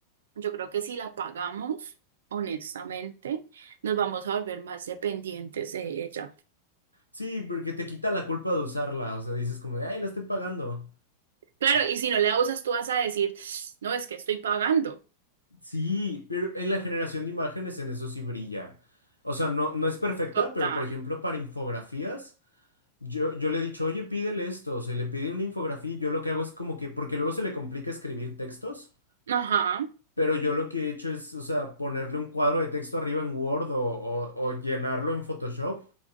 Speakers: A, on the right; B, on the left.
A: yo creo que si la pagamos, honestamente, nos vamos a volver más dependientes de ella.
B: Sí, porque te quita la culpa de usarla. O sea, dices como de, ay, la estoy pagando.
A: Claro,
B: Ah,
A: y si no la usas, tú vas a decir, no, es que estoy pagando.
B: Sí, pero en la generación de imágenes en eso sí brilla. O sea, no, no es perfecta,
A: Total.
B: pero por ejemplo, para infografías. Yo, yo le he dicho, oye, pídele esto, o sea, y le pide una infografía, y yo lo que hago es como que, porque luego se le complica escribir textos,
A: Ajá.
B: pero yo lo que he hecho es, o sea, ponerle un cuadro de texto arriba en Word o, o- o llenarlo en Photoshop,